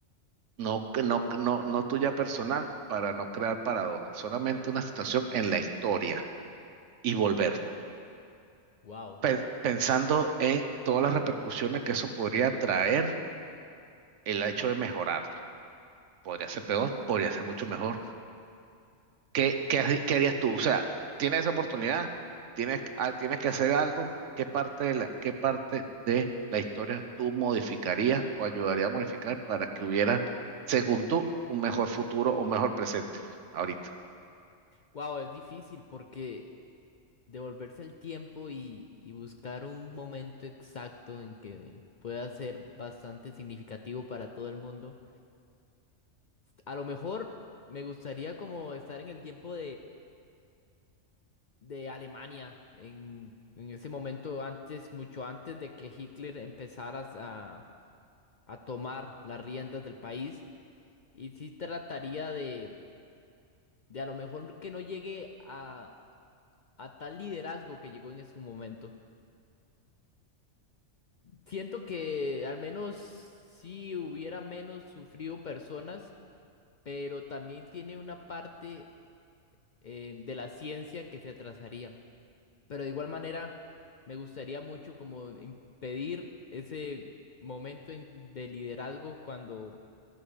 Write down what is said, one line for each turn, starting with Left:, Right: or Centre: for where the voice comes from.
Right: no, que- no, que- no, no tuya personal para no crear paradojas, solamente una situación en la historia y volver,
Left: wow.
Right: pe- pensando en todas las repercusiones que eso podría traer el hecho de mejorarla. Podría ser peor, podría ser mucho mejor. ¿Qué, qué, harí- qué harías tú? O sea, tienes esa oportunidad, tienes, ah, tienes que hacer algo. ¿Qué parte de la, qué parte de la historia tú modificarías o ayudarías a modificar para que hubiera, según tú, un mejor futuro o un mejor presente ahorita?
Left: Wow, es difícil porque devolverse el tiempo y, y buscar un momento exacto en que pueda ser bastante significativo para todo el mundo. A lo mejor me gustaría como estar en el tiempo de Alemania en, en ese momento, antes, mucho antes de que Hitler empezara a, a tomar las riendas del país. Y sí trataría de, de a lo mejor que no llegue a, a tal liderazgo que llegó en su momento. Siento que al menos sí hubiera menos sufrido personas, pero también tiene una parte eh, de la ciencia que se atrasaría. Pero de igual manera, me gustaría mucho como impedir ese momento en- de liderazgo cuando,